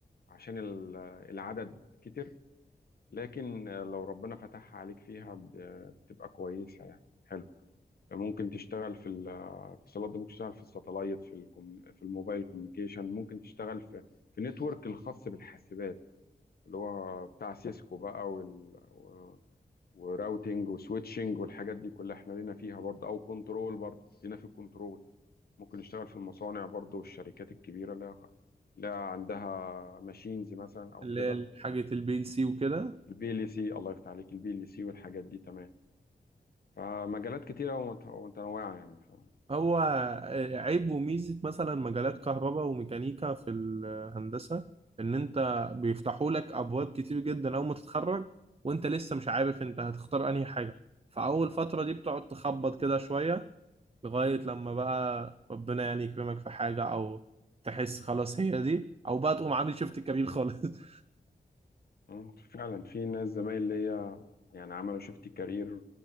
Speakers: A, on the left; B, on the right.
A: عشان ال- العدد كتير لكن آه، لو ربنا فتحها عليك فيها ب- بتبقى كويسة يعني حلو ممكن تشتغل في الاتصالات ده ممكن تشتغل في الساتلايت في الكم... في الموبايل كوميونيكيشن ممكن تشتغل في في نتورك الخاص بالحاسبات اللي هو بتاع سيسكو بقى وال... و... وراوتينج وسويتشنج والحاجات دي كلها احنا لينا فيها برضه او كنترول برضه لينا في الكنترول ممكن نشتغل في المصانع برضه والشركات الكبيرة اللي لها عندها ماشينز مثلا او
B: اللي
A: كده
B: هي حاجة البي ال سي وكده
A: البي ال سي الله يفتح عليك البي ال سي والحاجات دي تمام فمجالات كتيرة ومت- ومتنوعة يعني ف...
B: هو عيب وميزة مثلا مجالات كهرباء وميكانيكا في الهندسة إن أنت بيفتحوا لك أبواب كتير جدا أول ما تتخرج وأنت لسه مش عارف أنت هتختار أنهي حاجة فأول فترة دي بتقعد تخبط كده شوية لغاية لما بقى ربنا يعني يكرمك في حاجة أو تحس خلاص هي دي أو بقى تقوم عامل شيفت كبير خالص <laughs>
A: مم، فعلا في ناس زمايل ليا يعني عملوا شيفت كارير